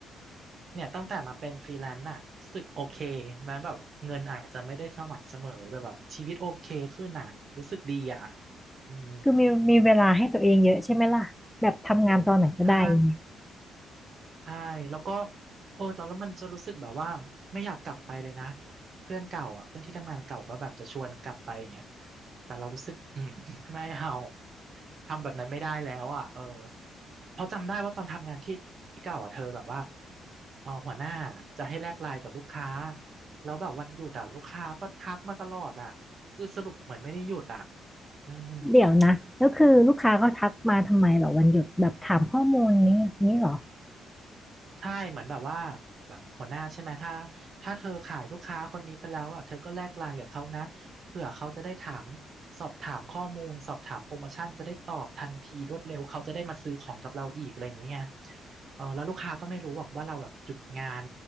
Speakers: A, on the right (about 50°); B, in the centre.
A: เนี่ยตั้งแต่มาเป็นฟรีแลนซ์อะรู้สึกโอเคแม้แบบเงินอาจจะไม่ได้สม่ำเสมอแต่แบบชีวิตโอเคขึ้นอะรู้สึกดีอะอืม
B: คือมีมีเวลาให้ตัวเองเยอะใช่ไหมล่ะแบบทำงานตอนไหนก็ได้เนี่ย
A: ใช่ ใช่แล้วก็เออตอนแล้วมันจะรู้สึกแบบว่าไม่อยากกลับไปเลยนะเพื่อนเก่าอ่ะเพื่อนที่ทำงานเก่าก็แบบจะชวนกลับไปอย่างเงี้ยแต่เรารู้สึกอืม <laughs> ไม่เอาทำแบบนั้นไม่ได้แล้วอ่ะเออเพราะจำได้ว่าตอนทำงานที่ที่เก่าอ่ะเธอแบบว่าเออหัวหน้าจะให้แลกไลน์กับลูกค้าแล้วแบบวันหยุดอ่ะลูกค้าก็ทักมาตลอดอ่ะคือสรุปเหมือนไม่ได้หยุดอ่ะอืม
B: เดี๋ยวนะแล้วคือลูกค้าเขาทักมาทำไมเหรอวันหยุดแบบถามข้อมูลนี้นี้เหรอ
A: ใช่เหมือนแบบว่าแบบหัวหน้าใช่ไหมถ้าถ้าเธอขายลูกค้าคนนี้ไปแล้วอ่ะเธอก็แลกไลน์กับเขานะเผื่อเขาจะได้ถามสอบถามข้อมูลสอบถามโปรโมชั่นจะได้ตอบทันทีรวดเร็วเขาจะได้มาซื้อของกับเราอีกอะไรอย่างเงี้ยไงเออแล้วลูกค้าก็ไม่รู้หรอกว่าเราแบบหยุดงาน